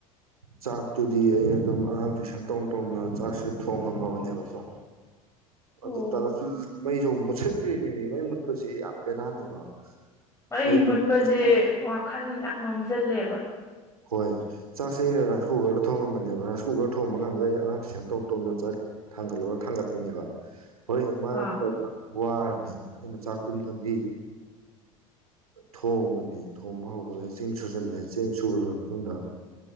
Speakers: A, on the right; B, on the left.
A: ꯆꯥꯛ ꯇꯨꯗꯤ ꯑꯩꯅ ꯑꯗꯨꯝ ꯑꯉꯥꯡ ꯇꯨꯏꯁꯟ ꯇꯧ ꯇꯣꯡꯅ ꯆꯥꯛꯁꯦ ꯊꯣꯡꯉꯝꯃꯕꯅꯦꯕ ꯀꫭ
B: ꯑꯣ
A: ꯑꯗꯨꯏ ꯇꯥꯔꯁꯨ ꯃꯩꯁꯨ ꯃꯨꯛ ꯃꯨꯠꯁꯤꯟꯈ꯭ꯔꯤꯅꯦ ꯃꯤ ꯃꯩ ꯃꯨꯠꯄꯁꯤ ꯌꯥꯝ ꯕꯦꯔꯥꯅꯦꯕ
B: ꯃꯩ
A: ꯑꯩꯗꯤ
B: ꯃꯨꯠꯄꯁꯦ
A: ꯑꯁ
B: ꯋꯥꯈꯟ ꯌꯥꯝ ꯃꯝꯖꯜꯂꯦꯕ
A: ꯍꯣꯏ ꯆꯥꯛꯁꯦ ꯑꯩꯅ ꯔꯥꯏꯁ ꯀꯨꯀꯔꯗ ꯊꯣꯡꯉꯝꯕꯅꯦꯕ ꯔꯥꯏꯁ ꯀꯨꯀꯔ ꯊꯣꯡꯕ ꯀꯥꯟꯁꯤꯗ ꯑꯩ ꯑꯉꯥ ꯇꯨꯏꯁꯟ ꯇꯧꯅ ꯇꯧꯅ ꯆꯥꯛ ꯊꯥꯡꯒꯠꯂꯣꯅ ꯊꯥꯡꯒꯠꯄꯅꯦꯕ ꯍꯣꯏ ꯏꯃꯥꯅ
B: ꯑꯥ
A: ꯇꯧꯕꯥ ꯋꯥꯔꯅꯤꯅ ꯑꯩꯅ ꯆꯥꯛꯇꯨꯝꯇꯪꯗꯤ ꯊꯣꯡꯕꯅꯦ ꯊꯣꯡꯕ ꯍꯧꯕꯂꯒ ꯆꯦꯡ ꯁꯨꯖꯜꯂꯦ ꯆꯦꯡ ꯁꯨꯕ ꯂꫭꯏꯔ ꯃꯇꯨꯡꯗ